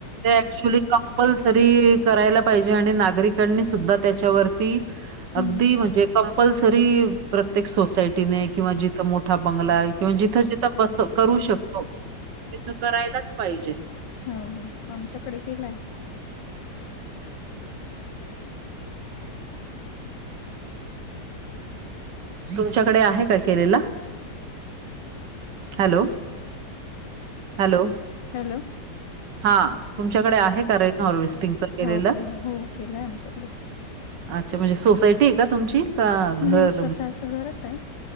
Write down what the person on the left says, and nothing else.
हम्म
ह ह आमच्याकडे केलाय
हॅलो
हो हो केलाय आमच्याकडे
नाही स्वतःचं
घरच आहे